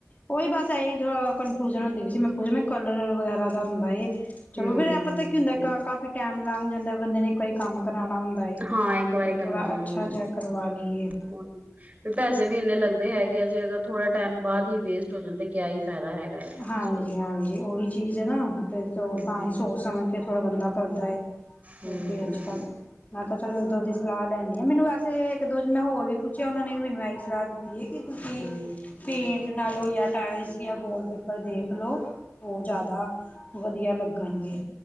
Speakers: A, on the left; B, on the right.
A: ਓਹੀ ਬਸ ਇਹੀ ਜੋ ਕਨਫਿਊਜਨ ਹੁੰਦੀ ਵੀ ਸੀ, ਮੈਂ ਪੁੱਛ ਮ ਕਲਰ ਵਗੈਰਾ ਦਾ ਹੁੰਦਾ ਏ। ਚਲੋ
B: ਹੂੰ
A: ਫਿਰ ਇਹ ਪਤਾ ਕੀ ਹੁੰਦਾ ਕਾ ਕਾਫ਼ੀ ਟਾਈਮ ਲੱਗ ਜਾਂਦਾ ਬੰਦੇ ਨੇ। ਕਈ ਕੰਮ ਕਰਾਉਣਾ ਹੁੰਦਾ ਏ
B: ਹਾਂ ਇੱਕ ਵਾਰੀ
A: ਤੇ
B: ਕਰਵਾਣਾ
A: ਥੋੜਾ ਅੱਛਾ
B: ਹੁੰਦਾ
A: ਜਿਹਾ
B: ਹੈ
A: ਕਰਵਾ ਲਈਏ।
B: ਹੋਰ, ਵੀ ਪੈਸੇ ਵੀ ਇੰਨੇ ਲੱਗਦੇ ਹੈਗੇ ਆ, ਜੇ ਅਗਰ ਥੋੜ੍ਹਾ ਟਾਈਮ ਬਾਅਦ ਹੀ ਵੇਸਟ ਹੋ ਜਾਂਦਾ ਕਿਆ ਹੀ ਫਾਇਦਾ ਹੈ। ਨਾ ਉਸ
A: ਹਾਂਜੀ-ਹਾਂਜੀ,
B: ਚੀਜ਼
A: ਓਹੀ ਚੀਜ਼ ਹੈ ਨਾ ਤੇ
B: ਹੂੰ
A: ਤਾਂ ਹੀ ਸੋਚ ਸਮਝ ਕੇ ਥੋੜ੍ਹਾ ਬੰਦਾ ਕਰਦਾ ਏ।
B: ਹੂੰ
A: ਓਕੇ ਅੱਜ
B: ਹੂੰ
A: ਕੱਲ। ਮੈਂ ਕਿਹਾ ਚਲੋ ਦੋ ਦੀ ਸਲਾਹ ਲੈਣੀ ਆ, ਮੈਨੂੰ ਵੈਸੇ ਇੱਕ ਦੋ ਜਾਣਾ ਮੈ ਹੋਰ ਵੀ ਪੁੱਛਿਆ, ਉਹਨਾ ਨੇ ਵੀ ਮੈਨੂੰ ਇਹ ਹੀ ਸਲਾਹ ਕਿ ਤੁਸੀਂ
B: ਹੂੰ
A: ਪੇਂਟ ਨਾਲੋਂ ਜਾ ਟਾਇਲਸ ਜਾ ਵਾਲ ਪੇਪਰ ਦੇਖ ਲਓ, ਉਹ ਜ਼ਿਆਦਾ ਵਧੀਆ ਲੱਗਣਗੇ।